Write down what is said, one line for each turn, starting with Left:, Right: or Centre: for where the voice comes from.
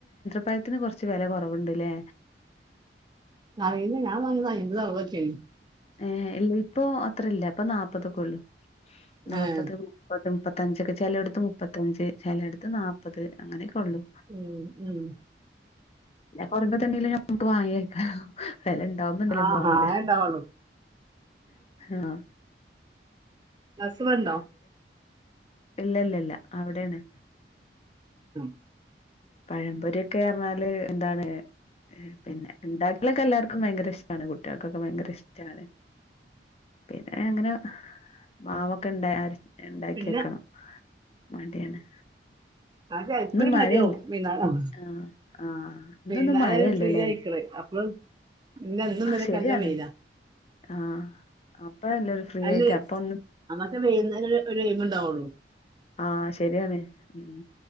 Left: പഴത്തിന് കൊറച്ച് വില കുറവുണ്ടല്ലേ
Right: അറിയില്ല ഞാൻ വാങ്ങീത് അയ്മ്പതുഅറുപതൊക്കെയാണ്
Left: ഏ ഇല്ല ഇപ്പൊ അത്രയില്ല ഇപ്പൊ നാപ്പതൊക്കെയുള്ളു നാപ്പത്
Right: ഏഹ്
Left: മുപ്പത് മുപ്പത്തഞ്ചൊക്കെ ചില എടുത്ത് മുപ്പത്തഞ്ച് ചില എടുത്ത് നാപ്പത് അങ്ങനെ ഒള്ളു
Right: ഉം ഉം
Left: കൊറമ്പ തന്നെയല്ലേ മ്മക്ക് വാങ്ങിവയ്ക്കാന വില ഉണ്ടാവുമ്പണ്ടല്ലോ
Right: ആഹ്
Left: മ്മള് വാങ്ങൂല
Right: ആഹ് അതെ ഉണ്ടാവുള്ളൂ
Left: ആ
Right: നസുവാണ്ടോ
Left: ഇല്ലാ ഇല്ല ഇല്ല അവിടെയാണ്
Right: ഉം
Left: പഴംപൊരിക്കേ പറഞ്ഞാല് എന്താണ് പിന്നെ ഇണ്ടാക്കലൊക്കെ എല്ലാവർക്കും ഭയങ്കര ഇഷ്ടാണ് കുട്ടികൾക്കൊക്കെ ഭയങ്കര ഇഷ്ടാണ് പിന്നെ അങ്ങനെ മാവൊക്കെ ഇണ്ടായ ആര ഇണ്ടാക്കിവെക്കണം
Right: പിന്നെ
Left: മടിയാണ്
Right: ആ ജയ്പ്പുരി
Left: ഇന്ന് മഴയല്ലേ
Right: മതിയാവും
Left: ആഹ് ആഹ് ഇന്നൊന്നും
Right: പിന്നാലെ
Left: മഴയല്ലല്ലേ
Right: അത് ഫ്രീ ആയിരിക്കണ് അപ്പം ഇന്ന് എന്നുവെലക്കെല്ലാം
Left: ശരിയാണ്
Right: വെയിലാ
Left: ആഹ് അപ്പഴല്ലേ ഒരു ഫ്രീ
Right: അല്ലേ
Left: ആയിട്ട് അപ്പൊ ഒന്ന്
Right: നമ്മക്ക് വേയുന്നതൊരു ഇരിപ്പൊണ്ടാവുള്ളൂ
Left: ആ ശെരിയാണ് ഉം